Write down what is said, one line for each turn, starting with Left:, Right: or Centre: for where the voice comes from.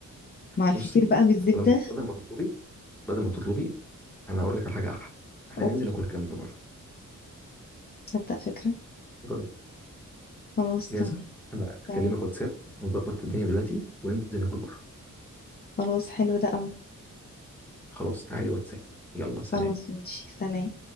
Left: مع الفطير
Centre: بصي
Left: بقى بالزبدة
Centre: بدل ما بدل ما تطلبي بدل ما تطلبي انا هقول لك على حاجه احلى احنا
Left: قول
Centre: ننزل ناكل الكلام ده بره
Left: تصدق فكرة
Centre: ايه رايك
Left: خلاص
Centre: جاهزه
Left: تمام
Centre: انا اكلمك
Left: تمام
Centre: واتساب ونظبط الدنيا دلوقتي وننزل ناكل بره
Left: خلاص حلو ده قوي
Centre: خلاص تعالي واتساب يلا سلام
Left: خلاص ماشي سلام